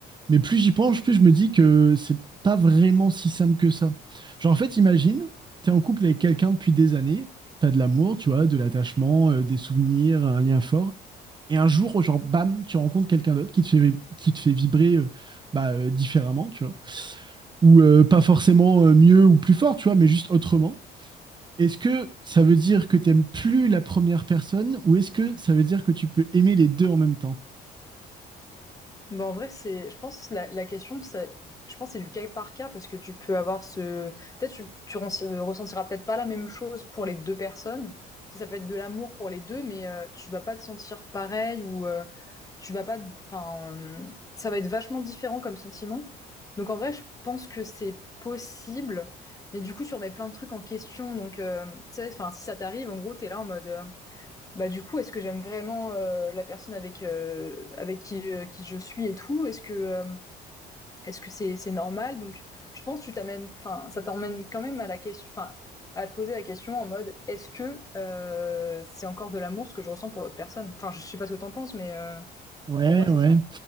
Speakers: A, on the right; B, on the left.
A: Mais plus j'y penche, plus je me dis que c'est pas vraiment si simple que ça. Genre, en fait, imagine, t'es en couple avec quelqu'un depuis des années, t'as de l'amour, tu vois, de l'attachement, euh, des souvenirs, un lien fort. Et un jour, genre, bam, tu rencontres quelqu'un d'autre qui te fait, vib- qui te fait vibrer euh, bah, euh, différemment, tu vois. Ou euh, pas forcément euh, mieux ou plus fort, tu vois, mais juste autrement. Est-ce que ça veut dire que t'aimes plus la première personne ou est-ce que ça veut dire que tu peux aimer les deux en même temps?
B: Bah, en vrai, c'est, je pense, la, la question, c'est, je pense, que c'est du cas par cas parce que tu peux avoir ce, peut-être, tu, tu ren- ressentiras peut-être pas la même chose pour les deux personnes. Tu sais, ça peut être de l'amour pour les deux, mais euh, tu vas pas te sentir pareil ou euh, tu vas pas, enfin, euh, ça va être vachement différent comme sentiment. Donc, en vrai, je pense que c'est possible, mais du coup, tu remets plein de trucs en question. Donc, euh, tu sais, enfin, si ça t'arrive, en gros, t'es là en mode. euh, bah du coup, est-ce que j'aime vraiment euh, la personne avec euh, avec qui, euh, qui je suis et tout? Est-ce que euh, est-ce que c'est c'est normal? Donc, je pense que tu t'amènes, enfin, ça t'emmène quand même à la question, enfin, à te poser la question en mode, est-ce que euh, c'est encore de l'amour ce que je ressens pour l'autre personne? Enfin, je sais pas ce que t'en penses, mais euh,
A: Ouais,
B: pour moi, c'est
A: ouais.
B: ça.